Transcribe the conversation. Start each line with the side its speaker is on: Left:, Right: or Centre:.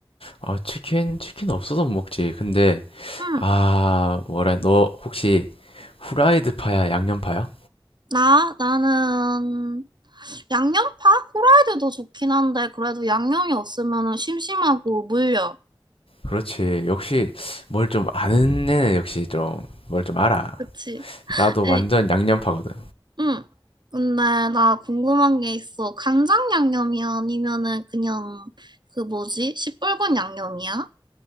Left: 아, 치킨? 치킨 없어서 못 먹지. 근데,
Right: 응.
Left: 아, 뭐라, 너 혹시 후라이드 파야, 양념 파야?
Right: 나, 나는, 양념파? 후라이드도 좋긴 한데, 그래도 양념이 없으면은 심심하고 물려.
Left: 그렇지. 역시 뭘 좀 아는 애는 역시 좀 뭘 좀 알아.
Right: 그치?
Left: 나도 완전
Right: 에,
Left: 양념 파거든.
Right: 응. 근데 나 궁금한 게 있어. 간장 양념이 아니면은 그냥 그 뭐지? 시뻘건 양념이야?